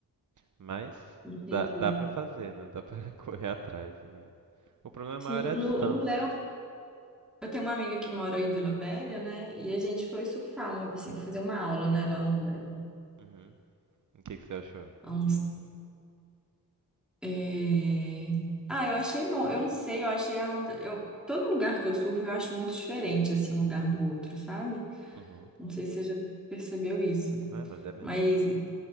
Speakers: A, on the right (about 55°); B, in the centre.
A: Mas
B: Entendi.
A: dá, dá pra fazer, né? Dá pra <laughs> correr atrás. O problema
B: Sim,
A: maior é
B: no,
A: a distância.
B: no Léo, eu tenho uma amiga que mora em Vila Velha, né? E a gente foi surfar, uma, assim, fazer uma aula, né, lá no Léo.
A: Uhum. O que que você achou?
B: Há uns- é, Ah, eu achei bom. Eu não sei, eu achei a onda. Eu... Todo lugar que eu surfo eu acho muito diferente, assim, um lugar do outro, sabe?
A: Uhum.
B: Não sei se você já percebeu isso.
A: É, mas é mesmo.
B: Mas I-